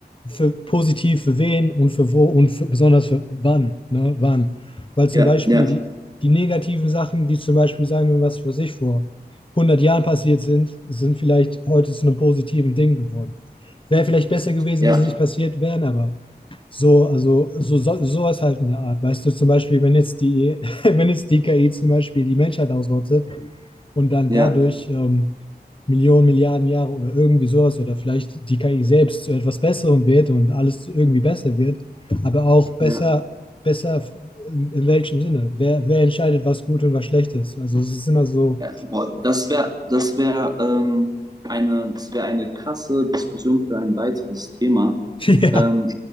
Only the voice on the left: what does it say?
für positiv für wen und für wo und für, besonders für wann, ne, wann. Weil zum
Beispiel
die, die negativen Sachen, die zum Beispiel sagen wir was für sich vor hundert Jahren passiert sind, sind vielleicht heute zu einem positiven Ding geworden. Wäre vielleicht besser gewesen,
wenn sie nicht passiert wären, aber so, also so, so, sowas halt in der Art. Weißt du, zum Beispiel, wenn jetzt die, <laughs> wenn jetzt die KI zum Beispiel die Menschheit ausrottet, und dann
dadurch ähm, Millionen, Milliarden Jahre oder irgendwie sowas oder vielleicht die KI selbst zu etwas Besserem wird und alles irgendwie besser wird, aber auch besser,
besser in, in welchem Sinne? Wer, wer entscheidet, was gut und was schlecht ist? Also es ist immer so,
<laughs> ja.